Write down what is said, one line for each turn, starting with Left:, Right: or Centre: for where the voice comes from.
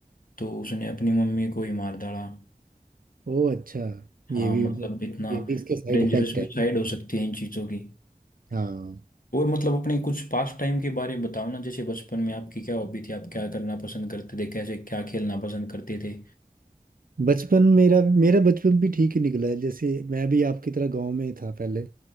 Left: तो उसने अपनी मम्मी को ही मार डाला
Right: ओ अच्छा
Left: हाँ
Right: ये भी
Left: मतलब
Right: ये
Left: इतना
Right: भी इसके साइड
Left: डेंजरस
Right: इफेक्ट
Left: भी
Right: है
Left: साइड हो सकती है इन चीज़ों की
Right: हाँ
Left: और मतलब अपने कुछ पास टाइम के बारे में बताओ ना जैसे बचपन में आपकी क्या हॉबी थी आप क्या करना पसंद करते थे कैसे क्या खेलना पसंद करते थे
Right: बचपन मेरा मेरा बचपन भी ठीक ही निकला है जैसे मैं भी आपकी तरह गांव में था पहले